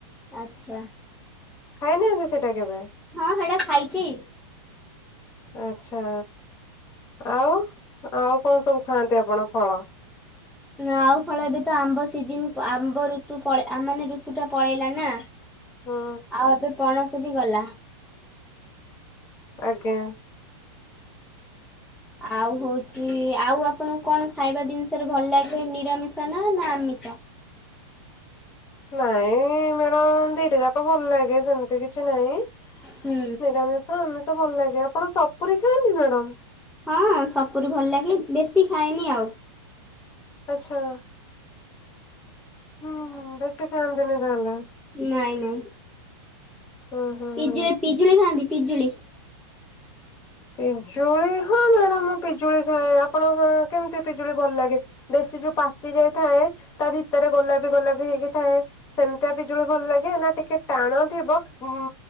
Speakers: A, in the centre; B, on the left (about 20°).
A: ଆଚ୍ଛା
B: ଖାଇନାହାନ୍ତି ସେଟା କେବେ।
A: ହଁ ହେଟା ଖାଇଚି।
B: ଆଛା ଆଉ ଆଉ କଣ ସବୁ ଖାଆନ୍ତି ଆପଣ ଫଳ?
A: ଆଉ ଫଳ ଏବେ ତ ଆମ୍ବ ସିଜନ ଆମ୍ବ ଋତୁ ପଳ ଆମ ମାନେ ଋତୁ ଟା ପଳେଇଲା ନା।
B: ହୁଁ
A: ଆଉ ଏବେ ପଣସ ତେ ବି ଗଲା।
B: ଆଜ୍ଞା।
A: ଆଉ ହଉଛି ଆଉ ଆପଣଙ୍କୁ କଣ ଖାଇବା ଜିନିଷରେ ଭଲ ଲାଗେ ନିରାମିଷା ନା ନା ଆମିଷ?
B: ନାଇଁ ମ୍ୟାଡାମ ଦିଟା ଯାକ ଭଲ ଲାଗେ ସେମ ଏତ କିଛି ନାହିଁ
A: ହୁଁ
B: ନିରାମିଷ ଆମିସ୍ ତେ ଭଲ ଲାଗେ, ଆପଣ ସପୁରୀ ଖାଆନ୍ତି ମ୍ୟାଡାମ?
A: ହଁ ସପୁରୀ ଭଲ ଲାଗେ, ବେଶୀ ଖାଏନି ଆଉ।
B: ଆଛା ହୁଁ ବେଶୀ ଖାନ୍ତିିନି ତାହେଲେ।
A: ନାଇଁ ନାଇଁ।
B: ହୁଁ ହୁଁ
A: ପିଜୁ
B: ହୁଁ।
A: ପିଜୁଳି ଖାଆନ୍ତି? ପିଜୁଳି।
B: ପିଜୁଳି ହଁ ମ୍ୟାଡାାମ ମୁଁ ପିଜୁଳି ଖାଏ ଆପଣଙ୍କ କେମିତି ପିଜୁଳି ଭଲ ଲାଗେ? ବେଶୀ ଯୋଉ ପାଚି ଯାଇଥାଏ ତା ଭିତରେ ଗୋଲାପି ଗୋଲାପି ହେଇକି ଥାଏ ସେମିତିଆ ପିଜୁଳି ଭଲ ଲାଗେ ନା ଟିକେ ଟାଣ ଥିବ ଉମ